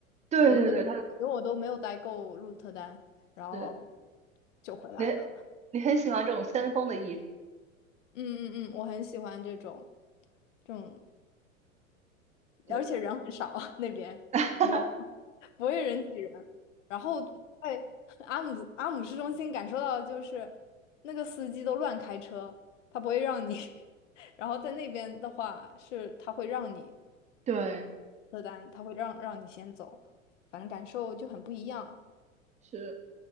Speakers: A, on the right; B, on the left.
A: 对对对，
B: 我都没有，
A: 它
B: 我觉得我都没有待够鹿特丹，然后
A: 是
B: 就回来了。
A: 你你很喜欢这种先锋的艺术。
B: 嗯嗯嗯，我很喜欢这种这种
A: 对
B: 而且人很少 <laughs> 那边，
A: <laughs>
B: 你就不会人挤人。然后我在阿姆阿姆市中心感受到的就是那个司机都乱开车，他不会让你。<laughs> 然后在那边的话是他会让你
A: 对，
B: 车单，他会让让你先走，反正感受就很不一样。
A: 是